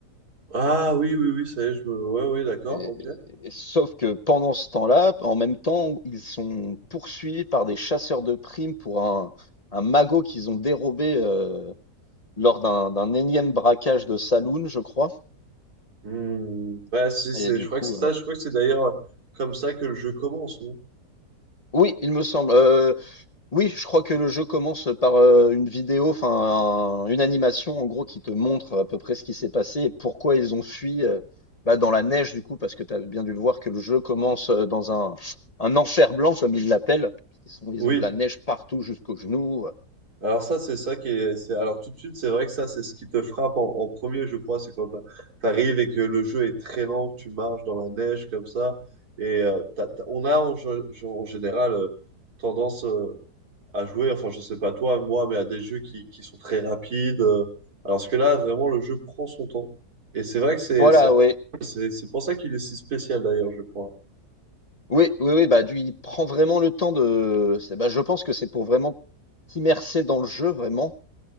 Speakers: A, on the right; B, on the left.
A: Ah oui, oui, oui, ça y est, je me... Ouais, oui, d'accord,
B: Et-
A: ok.
B: et- sauf que pendant ce temps-là, en même temps, ils sont poursuivis par des chasseurs de primes pour un, un magot qu'ils ont dérobé euh, lors d'un d'un énième braquage de saloon, je crois.
A: Hmm, ouais, si, c'est,
B: Et du
A: je crois
B: coup,
A: que c'est ça,
B: euh,
A: je crois que c'est d'ailleurs comme ça que le jeu commence, non?
B: oui, il me semble. Euh, Oui, je crois que le jeu commence par, heu, une vidéo, enfin un une animation en gros qui te montre à peu près ce qui s'est passé et pourquoi ils ont fui, heu, bah, dans la neige du coup parce que tu as bien dû le voir que le jeu commence, heu, dans un un enfer blanc comme ils l'appellent. Ils sont ils
A: Oui,
B: ont de la neige partout jusqu'aux genoux,
A: alors ça, c'est ça qui est, c'est, alors tout de suite, c'est vrai que ça, c'est ce qui te frappe en, en premier, je crois, c'est quand t'a- t'arrives et que le jeu est très lent, que tu marches dans la neige comme ça, et euh, t'as- t'as- on a en, ge- en général euh, tendance euh, à jouer, enfin, je sais pas toi, moi, mais à des jeux qui, qui sont très rapides, euh, alors que là, vraiment, le jeu prend son temps, et c'est vrai que c'est,
B: voilà
A: c'est,
B: ouais.
A: c'est c'est pour ça qu'il est si spécial d'ailleurs, je crois.
B: Oui, oui, oui, bah, du il prend vraiment le temps de c'est bah, je pense que c'est pour vraiment t'immerger dans le jeu vraiment